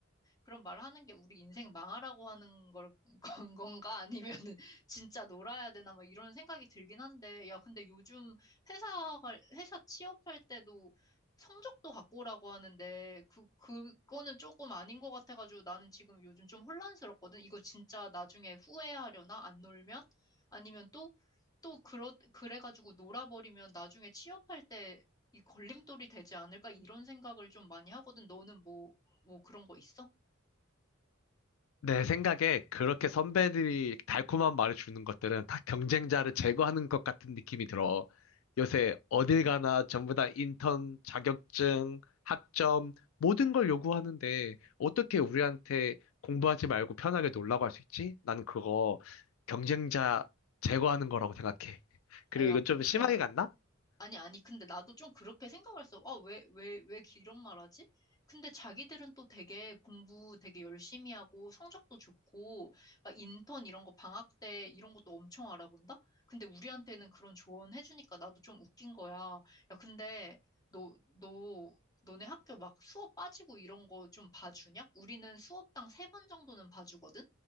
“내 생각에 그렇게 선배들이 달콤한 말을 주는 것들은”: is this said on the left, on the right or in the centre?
Left